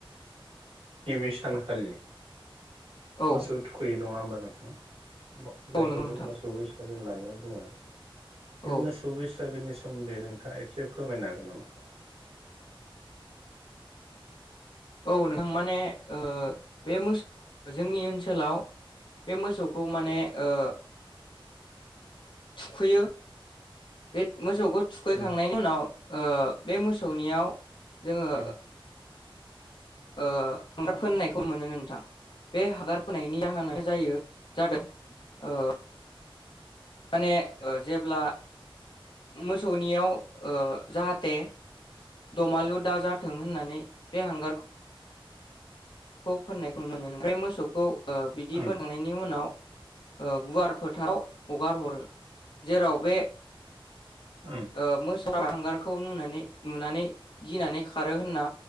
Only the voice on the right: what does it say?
गिबि सानखालि
मोसौ थुखैयो नङा होनबा नोंथां अ जायखौ
जों मोसौ बैसागो होननानै बुङो बे
मोसौ बैसा गोनि सोमोन्दै नोंथाङा एसे फोरमायनो हागोन नामा?
उम
उम
उम
उम